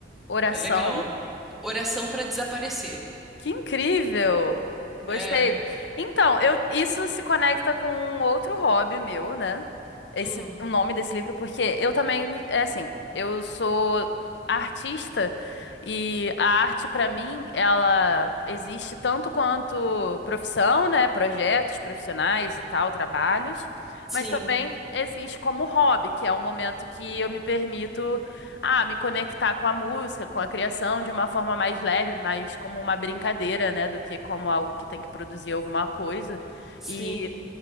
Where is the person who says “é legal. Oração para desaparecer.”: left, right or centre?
Centre